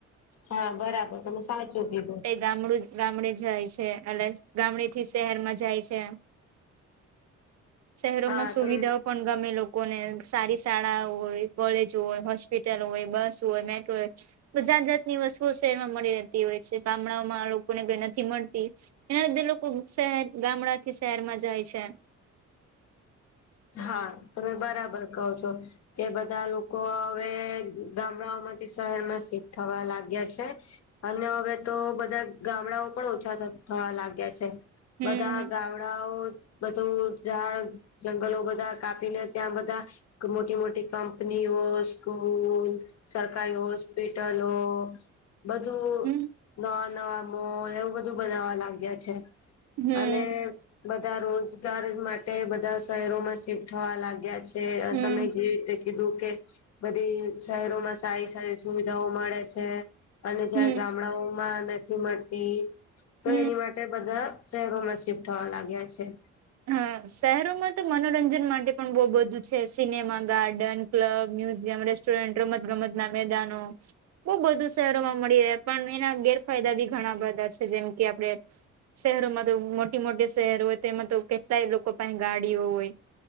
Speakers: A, on the left; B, on the right.
A: હા બરાબર, તમે સાચું કીધું.
B: ગામડુંજ ગામડે જાય છે, એટલે ગામડે થી શહેરમાં જાય છે. શહેરોમાં
A: હા
B: સુવિધાઓ
A: તમે
B: પણ ગામે લોકોને, સારી શાળાઓ હોય, કોલેજો હોય, હોસ્પિટલ હોય, બસ હોય, મેટ્રો હોય. પચાસ જાતની વસ્તુઓ શહેર માં મળી રહેતી હોય છે, ગામડા ઓમાં લોકોને કઈ નથી મળતી. એના લીધે લોકો સેહેર, ગામડાથી શહેરમાં જાય છે.
A: હા તમે બરાબર કહો છો. કે બધા લોકો હવે, ગામડાઓમાંથી શહેર માં સિફ્ટ થવા લાગ્યા છે. અને હવે તો બધા ગામડાઓ પણ ઓછા થત થવા લાગ્યા છે.
B: હમ
A: બધા ગાવડાઓ, બધું ઝાડ જંગલો બધા કાપીને ત્યાં બધા મોટી મોટી કંપનીઓ, સ્કૂલ સરકારી હોસ્પિટલો બધું
B: હમ
A: નવા નવા મોલ, એવું બધું બનાવવા લાગ્યા છે.
B: હમ
A: અને બધા રોજગાર માટે બધા શહેરોમાં શિફ્ટ થવા લાગ્યા છે,
B: હમ
A: તમે જે રીતે કીધું કે, બધી શહેરોમાં સારી સારી સુવિધાઓ મળે છે. અને જ્યાં
B: હમ
A: ગામડાઓમાં નથી મળતી, તો
B: હમ
A: એની માટ તે બધા શહેરોમાં શિફ્ટ થવા લાગ્યા છે.
B: હા શહેરોમાં તો મનોરંજન માટે પણ બહુ બધું છે, cinema, garden club, museum, restaurant, રમત ગમત ના મેદાનો. બહુ બધું શહેરોમાં મળી રહે, પણ એના ગેરફાયદા બી ઘણા બધા છે, જેમ કે આપડે શહેરોમાં તો મોટી મોટી શહેરો હોય તેમાં તો કેટલાય લોકો પાહે ગાડીઓ હોય.